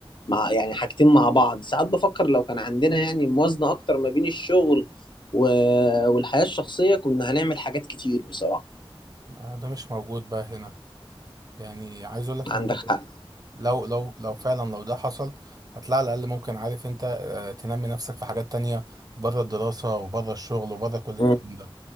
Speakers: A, on the left (about 55°); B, on the right (about 40°).
A: مع يعني حاجتين مع بعض ساعات بفكر لو كان عندنا يعني موازنة اكتر ما بين الشغل و... والحياة الشخصية كنا هنعمل حاجات كتير بصراحة
B: آه ده مش موجود بقى هنا يعني عايز اقول لك
A: عندك
B: انت
A: حق
B: لو لو لو فعلا لو ده حصل هتلاقي على الاقل ممكن عارف انت آه تنمي نفسك في حاجات تانية بره الدراسه وبره الشغل وبره كل الكلام
A: مم.
B: ده